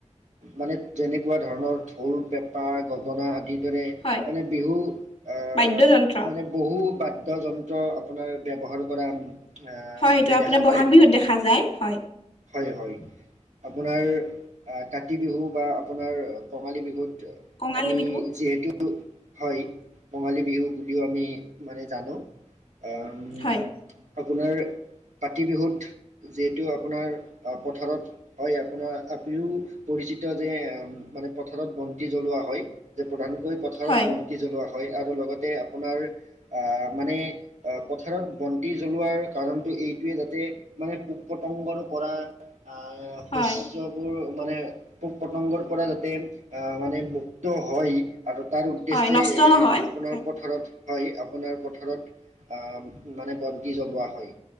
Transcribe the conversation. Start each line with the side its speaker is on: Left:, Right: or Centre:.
Right: মানে যেনেকুৱা ধৰণৰ ঢৌল পেঁপা গগনা আদিত যেনে
Left: হয়,
Right: মানে বিহু অহ
Left: বাদ্যযন্ত্ৰ
Right: মানে বহু বাদ্যযন্ত্ৰ আপোনাৰ ব্যৱহাৰ কৰা আহ
Left: হয় সেইটো
Right: মানে
Left: আপোনাৰ
Right: দেখা
Left: বহাগ
Right: যায়
Left: বিহুত দেখা যায় হয়।
Right: হয় হয় আপোনাৰ কাতি বিহু বা আ কঙালী বিহুত
Left: কঙালী
Right: আমি
Left: বিহু
Right: যিহেতু হয় কঙালী বিহু বুলিও আমি মানে জানো অ উম
Left: হয়,
Right: আপোনাৰ কাতি বিহুত যিহেতু আপোনাৰ পথাৰত হয় আপোনাৰ আপুনিও পৰিচিত যে মানে পথাৰত বন্তি জ্বলোৱা হয় যে প্ৰধানকৈ পথাৰত
Left: হয়,
Right: ব চাকি জ্বলোৱা হয় আৰু লগতে আপোনাৰ আ মানে আহ পথাৰত বন্তি জ্বলোৱাৰ কাৰণতটো এইটোৱে যাতে মানে পোক পতংগৰ পৰা আহ
Left: হয়,
Right: শস্যবোৰ মানে পোক পতংগত পৰা যাতে আহ মানে মুক্ত হয় আৰু তাৰ উদ্দেশ্যে
Left: হয় নষ্ট
Right: এ,
Left: নহয়।
Right: আপোনাৰ
Left: হয়,
Right: পথাৰত হয় আপোনাৰ পথাৰত অ' মানে বন্তি জ্বলোৱা হয়